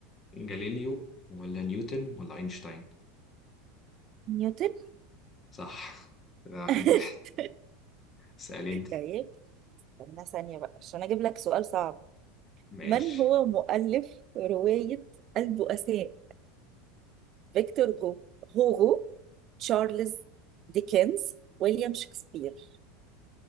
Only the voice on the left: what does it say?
جاليليو ولا نيوتن ولا اينشتاين
صح كده واحد
واحد سأل انت
ماشي